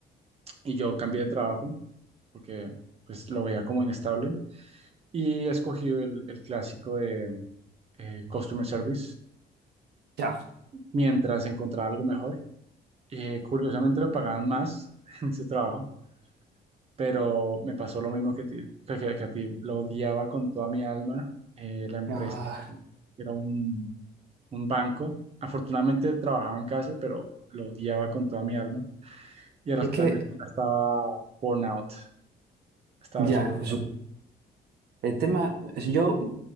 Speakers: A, on the right (about 35°); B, on the right (about 75°).
A: y yo cambié de trabajo porque pues lo veía como inestable y escogí el, el clásico de eh, Customer Service
B: Ya.
A: mientras encontraba algo mejor. Eh, curiosamente me pagaban más <laughs> en ese trabajo pero me pasó lo mismo que, ti- que, que- que a ti. Lo odiaba con toda mi alma. Eh, la empresa
B: Ya.
A: era un, un banco. Afortunadamente trabajaba en casa, pero lo odiaba con toda mi alma. Y a los
B: Es
A: tres
B: que,
A: meses ya estaba born out. Estaba
B: ya,
A: súper
B: incluso, el tema, es yo,